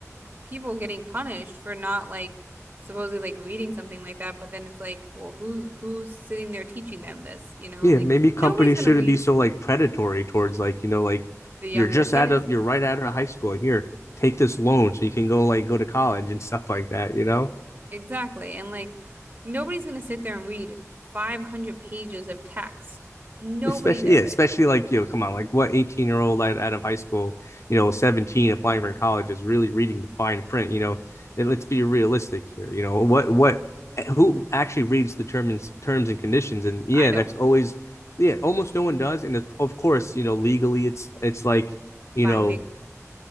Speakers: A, on the right; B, on the left.
A: people getting punished for not like supposedly like reading something like that, but then it's like, well, who's who's sitting there teaching them this, you know?
B: Yeah,
A: And like
B: maybe companies
A: nobody's gonna
B: shouldn't
A: read
B: be so like predatory towards like, you know, like
A: the younger
B: you're just
A: kids.
B: out of you're right out of high school. Here, take this loan so you can go like go to college and <laughs> stuff like that, you know?
A: Exactly. And like nobody's gonna sit there and read 500 pages of text. Nobody
B: Especially
A: does
B: yeah, especially
A: it.
B: like, you know, come on, like what 18 year old out, out of high school, you know, 17 applying for college is really reading the fine print, you know. And let's be realistic here. You know, what what eh, who actually reads the terms terms and conditions? And yeah,
A: I don't.
B: that's always yeah, almost no one does. And of course, you know, legally it's it's like,
A: Binding.
B: you know,